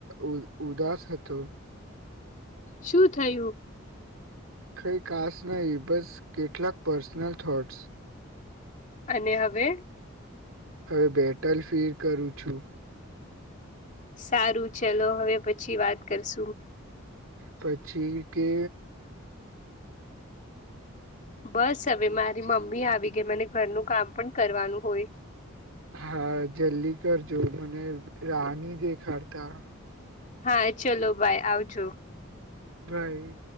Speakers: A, on the right; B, on the left.
A: ઉદ ઉદાસ હતો.
B: શું થયું
A: કઈ ખાસ નહી બસ કેટલાક પર્સનલ થોટ્સ.
B: અને હવે
A: હવે બેટલ ફીર કરું છું.
B: સારું ચલો હવે પછી વાત કરશું.
A: પછી કે
B: બસ હવે મારી મમ્મી આવી ગઈ મને ઘરનું કામ પણ કરવાનું હોય.
A: હા જલ્દી કરજો મને રાહની દેખાડતા.
B: હા ચલો ભાય આવજો.
A: બાઈ.